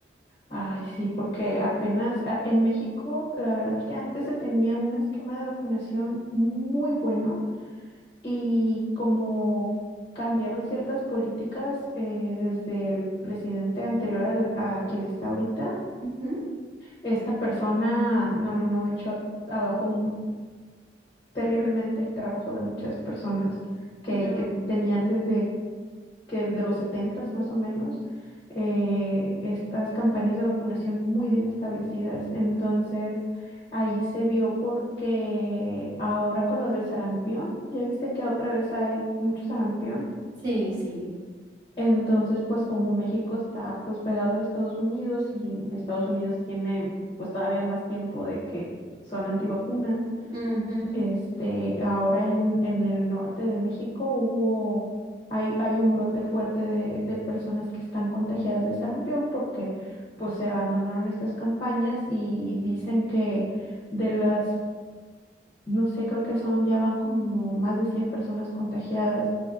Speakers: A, on the left (about 25°); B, on the right (about 25°).
A: Ay, sí, porque apenas a- en México, la verdad que antes se tenía un esquema de vacunación muy bueno y como cambiaron ciertas políticas eh, desde el presidente anterior al- a quien está ahorita.
B: Ujú.
A: Esta persona, no, no, no, echó abajo mu- terriblemente el trabajo de muchas personas que,
B: Ah,
A: que tenían desde que el de los setentas más o menos eh, estas campañas de vacunación muy bien establecidas. Entonces, ahí se vio porque ahora con lo del sarampión, ya viste que otra vez hay mucho sarampión.
B: Sí, sí.
A: Entonces, pues como México está pues pegado de Estados Unidos y Estados Unidos tiene pues todavía más tiempo de que son antivacunas,
B: Ujú.
A: este, ahora en, en el norte de México hubo, hay, hay un brote fuerte de, de personas que están contagiadas de sarampión porque pues se abandonaron estas campañas y dicen que de las no sé, creo que son, ya van como más de 100 personas contagiadas,